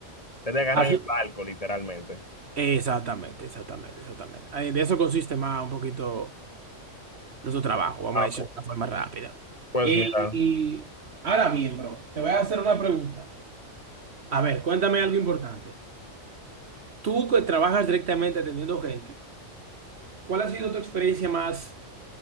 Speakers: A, on the left; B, on the right.
A: te agarran
B: Así,
A: el barco, literalmente.
B: Exactamente, exactamente, exactamente. Ay, De eso consiste más un poquito nuestro trabajo, vamos
A: Ah,
B: a decirlo
A: pu-
B: de una forma rápida.
A: pues
B: y
A: mira,
B: y ahora bien, bro, te voy a hacer una pregunta. A ver, cuéntame algo importante. Tú que trabajas directamente atendiendo gente, ¿cuál ha sido tu experiencia más...